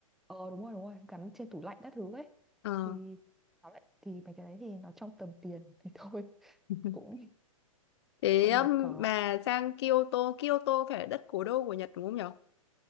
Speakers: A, in the centre; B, on the left (about 50°).
A: Ờ đúng rồi đúng rồi, gắn trên tủ lạnh các thứ ấy.
B: Ờ,
A: Thì nó lại thì mấy cái đấy thì nó trong tầm tiền thì thôi <laughs>
B: <laughs>
A: cũng
B: thế
A: cho
B: um,
A: nó có
B: bà sang Kyoto, Kyoto phải là đất cố đô của Nhật đúng không nhở?